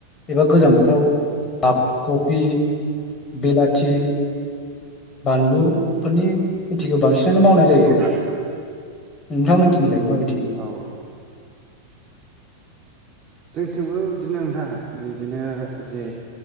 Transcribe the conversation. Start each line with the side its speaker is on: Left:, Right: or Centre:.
Left: एबा गोजां बोथोराव हाफ
Right: औ
Left: कफि बेलाथि बानलु फोरनि खेथिखौ बांसिनानो मावनाय जायो
Right: औ
Left: नोंथां मोनथिलाय माबायदि
Right: औ जोंथिंबो बिदिनो नोंथां बिदिनो जे